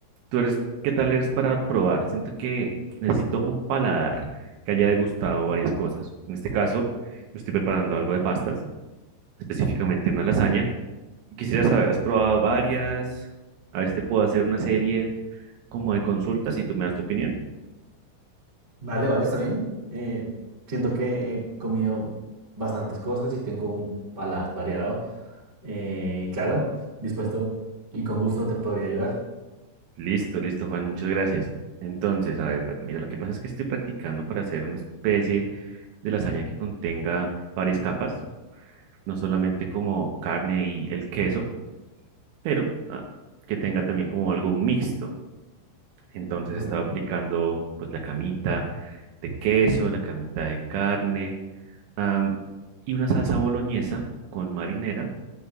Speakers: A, on the right; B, on the right.
A: ¿tú eres, qué tal eres para probar? Siento que necesito un paladar que haya degustado varias cosas. En este caso, estoy preparando algo de pastas, específicamente una lasaña. Quisiera saber, ¿has probado varias? A ver si te puedo hacer una serie como de consultas y tú me das tu opinión.
B: Vale, vale, está bien. Eh, siento que he comido bastantes cosas y tengo un paladar variado. Eh, y claro, dispuesto y con gusto te podría ayudar.
A: Listo, listo, Juan, muchas gracias. Entonces, a ver, pues, mira, lo que pasa es que estoy practicando para hacer una especie de lasaña que contenga varias capas, no solamente como carne y el queso, pero ah, que tenga también como algo mixto. Entonces,
B: Bueno,
A: estaba aplicando pues la camita de queso, la camita de carne, am, y una salsa boloñesa con marinera